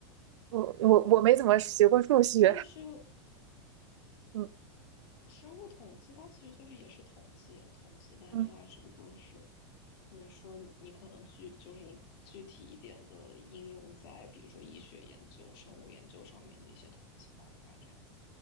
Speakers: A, on the right; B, on the left.
A: 我我我没怎么学过数学。
B: 就是
A: 嗯
B: 生物统计，它其实就是也是统计统计，但是它只不过是，
A: 嗯
B: 就是说你可能具就是具体一点的应用在比如说医学研究、生物研究上面的一些统计方法这样。